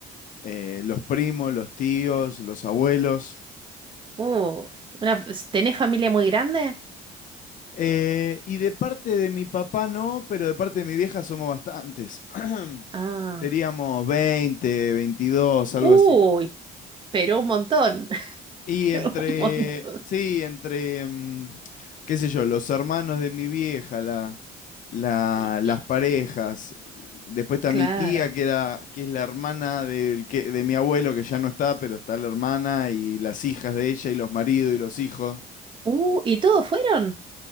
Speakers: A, on the left; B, on the right.
A: eh, los primos, los tíos, los abuelos.
B: Uh, una, f- ¿tenés familia muy grande?
A: Eh, y de parte de mi papá no, pero de parte de mi vieja somos bastantes. <clears throat>
B: Ah.
A: Seríamos 20, 22, algo
B: Uy,
A: así.
B: pero un montón. <laughs>
A: Y entre,
B: Un montón.
A: sí, entre, mm, qué sé yo, los hermanos de mi vieja, la, la-
B: Y,
A: las
B: y-
A: parejas. Después está
B: claro.
A: mi tía, que era, que es la hermana del que, de mi abuelo, que ya no está, pero está la hermana y las hijas de ella y los maridos y los hijos.
B: Uh, ¿y todos fueron?